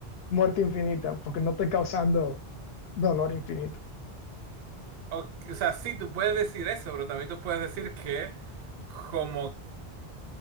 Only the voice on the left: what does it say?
muerte infinita, porque no estoy causando dolor infinito.